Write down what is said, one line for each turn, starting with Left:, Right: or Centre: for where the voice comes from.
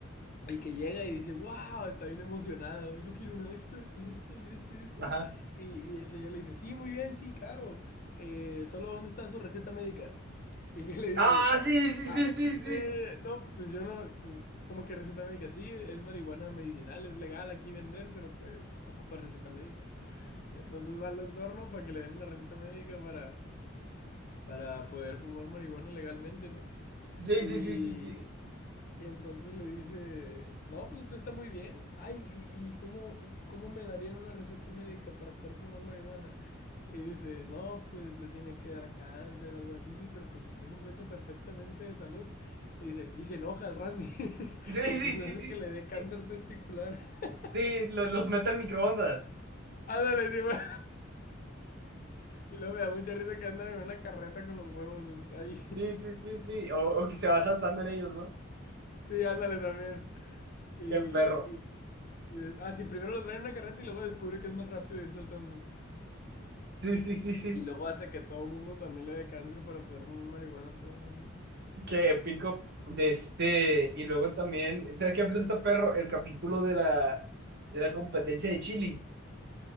Left: Y que llega y dice, wow, está bien emocionado, yo quiero una de estas, y de este, y de este, y de este.
Right: ajá.
Left: Y, y el señor le dice, sí, muy bien, sí, claro. Eh, solo, ¿dónde está su receta médica? <laughs> Y que le dice,
Right: Ah, sí, sí,
Left: ah,
Right: sí, sí, sí,
Left: sí, no, pues yo no, pues, ¿cómo que receta médica? Sí, es marihuana medicinal, es legal aquí vender, pero pues ocupa receta médica. Entonces va al doctor, ¿no? Para que le den una receta médica para, para poder fumar marihuana legalmente, ¿no?
Right: sí,
Left: Y...
Right: sí, sí, sí, sí,
Left: Y entonces le dice, no, pues usted está muy bien. Ay, ¿y, y cómo, cómo me darían una receta médica para poder fumar marihuana? Y dice, no, pues le tiene que dar cáncer o algo así, pero pues usted se encuentra perfectamente de salud. Y, dice, y se enoja el Randy. <laughs>
Right: sí,
Left: entonces
Right: sí, sí,
Left: hace que le dé cáncer
Right: sí,
Left: testicular. <laughs>
Right: sí, lo- los mete al microondas.
Left: Ándale, sí, ma. Y luego me da mucha risa que andan en una carreta con los huevos ahí. <laughs>
Right: Sí, sí, sí, sí. O, o que se va saltando en ellos, ¿no?
Left: Sí, ándale también. Y,
Right: Qué perro.
Left: y, y des- ah, sí, primero los traen en una carreta y luego descubre que es más rápido ir saltando.
Right: Sí, sí, sí, sí.
Left: Y luego hace que todo el mundo también le dé cáncer para poder fumar marihuana a todo el mundo.
Right: Qué épico. De este. Y luego también. ¿Sabes qué capítulo está perro? El capítulo de la, de la competencia de Chile.